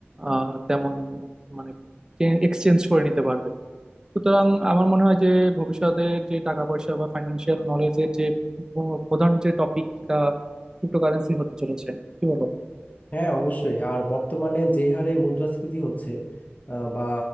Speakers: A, on the right; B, on the left.
A: আহ, তেমন মানে এক্সচেঞ্জ করে নিতে পারবে সুতরাং আমার মনে হয় যে ভবিষ্যতের যে টাকা পয়সা বা ফাইন্যান্সিয়াল নলেজের যে প- প্রধান যে টপিক সেটা ক্রিপ্টোকারেন্সি হতে চলেছে কি বলো
B: হ্যাঁ অবশ্যই আর বর্তমানে যে হারে মুদ্রাস্ফীতি হচ্ছে আহ, বা